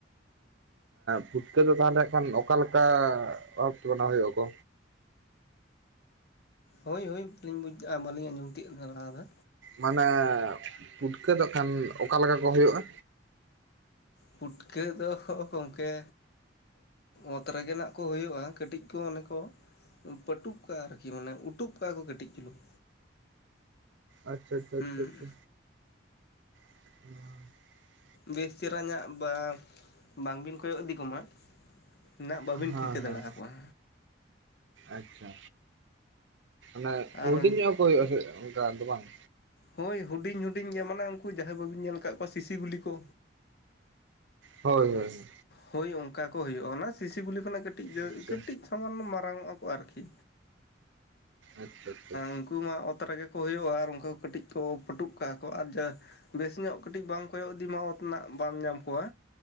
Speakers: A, on the right; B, on the left.
A: ᱯᱷᱩᱴᱠᱟᱹ ᱫᱚ ᱛᱟᱦᱚᱞᱮ ᱦᱟᱸᱜᱠᱷᱟᱱ ᱠᱷᱟᱱ ᱚᱠᱟ ᱞᱮᱠᱟ ᱵᱷᱟᱵᱛᱮ ᱵᱮᱱᱟᱣ ᱦᱩᱭᱩᱜ ᱟᱠᱚ
B: ᱦᱳᱭ ᱦᱳᱭ ᱵᱟᱹᱞᱤᱧ ᱵᱩᱡᱽ ᱵᱟᱹᱞᱤᱧ ᱟᱸᱡᱚᱢ ᱛᱤᱭᱳᱜ ᱞᱮᱫᱟ ᱞᱟᱦᱟ ᱫᱚ
A: ᱢᱟᱱᱮ ᱯᱩᱴᱠᱟᱹ ᱫᱚ ᱦᱸᱟᱜᱠᱷᱟᱱ ᱚᱠᱟ ᱞᱮᱠᱟ ᱠᱚ ᱦᱳᱭᱳᱜᱼᱟ
B: ᱯᱩᱴᱠᱟᱹ ᱫᱚ ᱜᱚᱢᱠᱮ ᱚᱛ ᱨᱮᱜᱮ ᱱᱟᱦᱜ ᱠᱚ ᱦᱩᱭᱩᱜᱼᱟ ᱠᱟᱹᱴᱤᱡ ᱠᱚ ᱢᱟᱱᱮ ᱠᱚ ᱯᱟᱹᱴᱩᱵ ᱠᱚᱣᱟ ᱟᱨᱠᱤ ᱢᱟᱱᱮ ᱩᱴᱩᱵ ᱠᱚᱣᱟ ᱠᱚ ᱠᱟᱹᱴᱤᱡ ᱪᱩᱞᱩᱝ
A: ᱟᱪᱪᱷᱟ ᱟᱪᱷᱟ
B: ᱦᱩᱸ
A: ᱟᱪᱷᱟ ᱟᱪᱷᱟ ᱚ
B: ᱵᱮᱥ ᱪᱮᱦᱨᱟ ᱧᱟᱜ ᱵᱟ ᱵᱟᱝᱵᱤᱱ ᱠᱚᱭᱚᱜ ᱤᱫᱤ ᱠᱚᱢᱟ ᱱᱟᱜ ᱵᱟᱹᱵᱤᱱ
A: ᱦᱮᱸ
B: ᱴᱷᱤᱠᱟᱹ
A: ᱦᱮᱸ
B: ᱫᱟᱲᱮ ᱟᱠᱚᱣᱟ
A: ᱟᱪᱪᱷᱟ, ᱢᱟᱱᱮ
B: ᱟᱨ
A: ᱦᱩᱰᱤᱧ ᱧᱚᱜ ᱦᱳᱠᱚ ᱦᱩᱭᱩᱜᱼᱟ ᱥᱮ ᱚᱱᱠᱟ ᱫᱚ ᱵᱟᱝ?
B: ᱦᱳᱭ ᱦᱩᱰᱤᱧ ᱦᱩᱰᱤᱧ ᱜᱮ ᱢᱟᱱᱮ ᱩᱱᱠᱩ ᱡᱟᱦᱟᱸᱭ ᱵᱟᱹᱵᱤᱱ ᱧᱮᱞ ᱟᱠᱟᱫ ᱠᱚᱣᱟ ᱥᱤᱥᱤ ᱜᱩᱞᱤ ᱠᱚ
A: ᱦᱳᱭ ᱦᱳᱭ,
B: ᱦᱳᱭ ᱚᱱᱠᱟ ᱠᱚ ᱦᱩᱭᱩᱜᱼᱟ ᱾ ᱚᱱᱟ ᱥᱤᱥᱤ ᱜᱩᱞᱤ ᱠᱷᱚᱱᱟᱜ ᱠᱟᱹᱴᱤᱡ ᱫᱚ
A: ᱟᱪᱪᱷᱟ
B: ᱠᱟᱹᱴᱤᱡ ᱥᱟᱢᱟᱱ ᱢᱟᱨᱟᱝ ᱚᱜ ᱟᱠᱚ ᱟᱨᱠᱤ᱾
A: ᱟᱪᱪᱷᱟ ᱟᱪᱪᱷᱟ
B: ᱱᱩᱠᱩ ᱢᱟ ᱚᱛ ᱨᱮᱜᱮ ᱠᱚ ᱦᱩᱭᱩᱜᱼᱟ ᱟᱨ ᱩᱱᱠᱩ ᱠᱟᱹᱴᱤᱡ ᱠᱚ ᱯᱟᱹᱴᱩᱜ ᱠᱟᱜᱼᱟ ᱠᱚ᱾ ᱟᱨ ᱡᱟ ᱵᱮᱥ ᱧᱚᱜ ᱠᱟᱹᱴᱤᱡ ᱵᱟᱝ ᱠᱚᱭᱚᱜ ᱤᱫᱤᱢᱟ ᱚᱛ ᱨᱮᱱᱟᱜ ᱵᱟᱢ ᱧᱟᱢ ᱠᱚᱣᱟ᱾